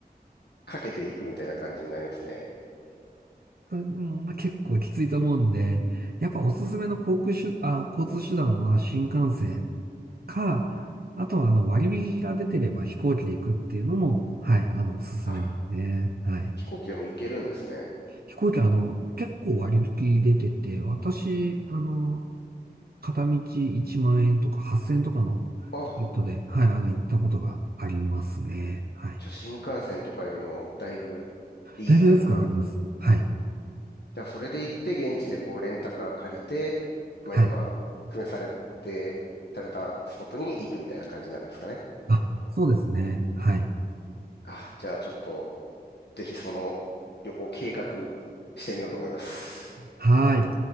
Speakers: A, on the left; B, on the right.
A: かけていくみたいな感じになりますね。
B: それでもまあ、結構きついと思うんで、やっぱおすすめの航空手、あ、交通手段は新幹線か、あとはあの割引が出てれば飛行機で行くっていうのも、はい、あの、おすすめですね。
A: あ、
B: はい。
A: 飛行機でも行けるんですね。
B: 飛行機、あの、結構割引出てて、私、あの、片道1万円とか8000円とかのチケットで、
A: あ、
B: はい、あの、行ったことがありますね。はい。
A: じゃあ新幹線とかよりもだいぶリーズナブルに。
B: だいぶ安く上がります。はい。
A: じゃあそれで行って現地でこうレンタカー借りて、まあ今お勧めされて、
B: はい。
A: されたスポットに行くみたいな感じになるんですかね。
B: あ、そうですね。はい。
A: あ、じゃあちょっとぜひその旅行計画してみようと思います。
B: はい。